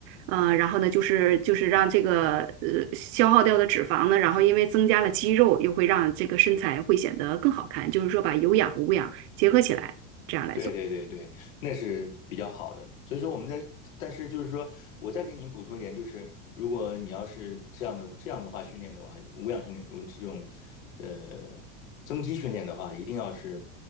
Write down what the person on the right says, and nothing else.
呃，然后呢，就是就是让这个呃消耗掉的脂肪呢，然后因为增加了肌肉，又会让这个身材会显得更好看，就是说把有氧和无氧结合起来。这样来做。